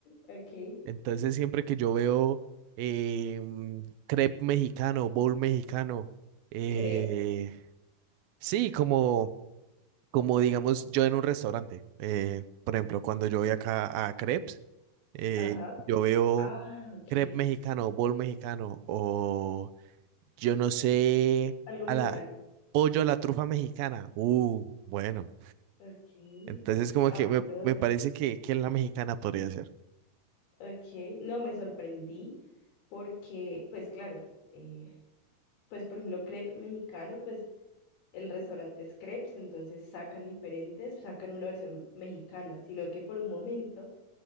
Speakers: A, on the left; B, on the right.
A: ok.
B: Entonces, siempre que yo veo eh, mm, crepe mexicano, bowl mexicano, eh,
A: Crepe.
B: sí, como, como digamos yo en un restaurante, eh, por ejemplo, cuando yo voy acá a crepes, eh,
A: Ajá.
B: yo veo
A: Ah, ok.
B: crepe mexicano, bowl mexicano, o yo no sé,
A: Algo
B: a
A: mexicano.
B: la pollo a la trufa mexicana. Uh, bueno.
A: Ok.
B: Entonces, como
A: Ah,
B: que me,
A: no.
B: me parece que, que la mexicana podría ser.
A: Ok. No, me sorprendí porque, pues claro, eh, pues por ejemplo, crepe mexicano, pues el restaurante es crepes, entonces sacan diferentes, sacan una versión mexicana, sino que por un momento